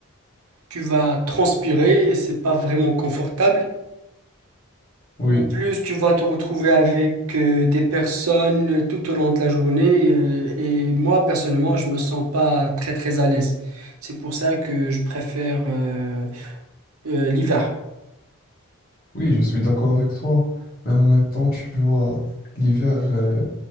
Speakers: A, on the right (about 85°); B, on the left (about 40°).
A: tu vas transpirer et c'est pas vraiment confortable.
B: oui,
A: En plus, tu vas te retrouver avec euh, des personnes tout au long de la journée. euh, et moi, personnellement, je me sens pas très très à l'aise. C'est pour ça que je préfère euh, euh, l'hiver.
B: oui, je suis d'accord avec toi. Mais en même temps, tu vois, l'hiver. euh,